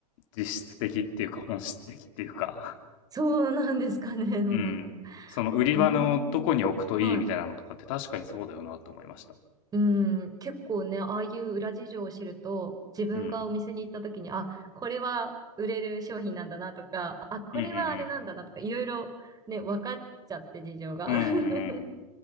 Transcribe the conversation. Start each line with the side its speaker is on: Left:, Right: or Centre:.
Left: 実質的っていうか本質的っていうか
Right: そうなんですかね。
Left: <laughs>
Right: <laughs> どうなんだろ
Left: うんその売り場のどこに置くといいみたいなのとかって確かにそうだよなと思いました。
Right: う。うーん。はい。うん、結構ね、ああいう裏事情を知ると、自分がお店に行った時に、
Left: うん。
Right: あ、これは売れる商品なんだなとか、あ、これはあれなんだなとか、
Left: うんうん
Right: いろいろね、分かっちゃって事情が。
Left: うん。うんうんうん。
Right: <laughs>